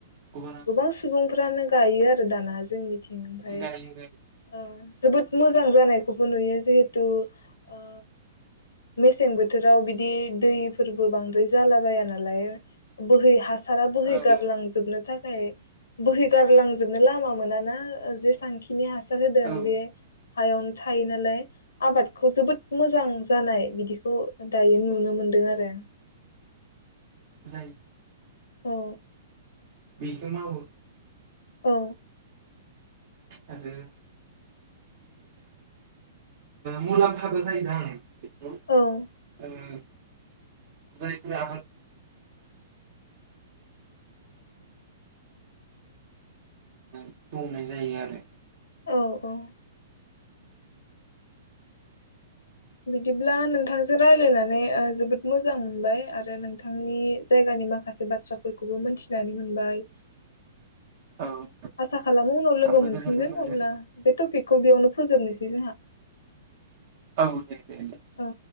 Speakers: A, on the right; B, on the left.
A: गुबुना
B: गोबां सुबुंफ्रानो गायो आरो दाना जोंनि उम उमफाइ
A: गायो गायो
B: ओ जोबोद मोजां जानायखौबो नुयो जिहेथु ओ मेसें बोथोराव बिदि दैफोरबो बांद्राय जाला बाया नालाय बोहै हा सारा बोहै
A: औ
B: गारलांजोबनो थाखाय बोहैगारलांजोबनो लामा मोनाना जेसांखिनि हास सार होदों
A: औ
B: बे हायावनो थायो नालाय आबादखौ जोबोद मोजां जानाय बिदिखौ दायो नुनो मोनदों आरो
A: जायो
B: औ
A: बिखौ मावो
B: औ
A: <unintelligible> मुलामफाबो जायो
B: औ
A: उम जायफोरा <unintelligible> बुंबाय जायो आरो
B: औ औ बिदिब्ला नोंथांजों ओ राय्लायनानै जोबोद मोजां मोनबाय आरो नोंथांनि जायगानि माखासे बाथ्राफोरखौबो मोनथिनानै मोनबाय
A: औ
B: आसा खालामो उनाव लोगो
A: आंबो
B: मोनफिनगोन
A: गोजोननाय मोनदों
B: अब्ला बे टपिकखौ बेयावनो फोजोबनोसै जोंहा
A: औ दे दे दे
B: औ